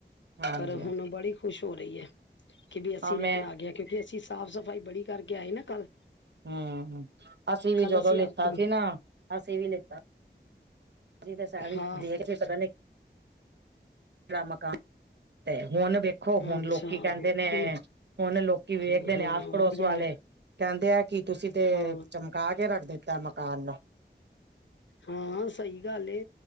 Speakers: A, on the right (about 70°); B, on the left (about 85°).
A: ਹਾਂਜੀ।
B: ਪਰ ਹੁਣ ਬੜੀ ਖੁਸ਼ ਹੋ ਰਹੀ ਐ। ਕਿਡੀ ਅਸੀਂ
A: ਹਾਂ ਮੈਂ
B: ਰਹਿਣ ਆ ਗਏ ਆ, ਕਿਉਂਕਿ ਅਸੀਂ ਸਾਫ਼-ਸਫ਼ਾਈ ਬੜੀ ਕਰਕੇ ਆਏ ਨਾਂ ਕੱਲ।
A: ਹੂੰ, ਅਸੀਂ ਵੀ
B: ਕੱਲ
A: ਜਦੋਂ ਲਿੱਤਾ
B: ਆਪ ਨੂੰ
A: ਸੀ ਨਾਂ, ਅਸੀਂ ਵੀ ਲਿੱਤਾ ਅਸੀਂ ਤਾਂ ਸਾਰੇ
B: ਹਾਂ
A: ਦੇਖਦੇ ਪਤਾ ਨਈਂ, ਕਿਹੜਾ ਮਕਾਨ ਤੇ, ਹੁਣ ਵੇਖੋ ਹੁਣ
B: ਅੱਛਾ
A: ਲੋਕੀ
B: ਹੁਣ
A: ਕਹਿੰਦੇ ਨੇਂ, ਹੁਣ ਲੋਕੀ
B: ਹਾਂ
A: ਵੇਖਦੇ ਨੇਂ ਆਸ-ਪੜੋਸ
B: ਵਧੀਆ
A: ਵਾਲੇ।
B: ਲੈ
A: ਕਹਿੰਦੇ ਆਂ ਕਿ ਤੁਸੀਂ ਤੇ,
B: ਹਾਂ
A: ਚਮਕਾ ਕੇ ਰੱਖ ਦਿੱਤਾ ਮਕਾਨ ਨੂੰ।
B: ਹਾਂ ਸਹੀ ਗੱਲ ਏ,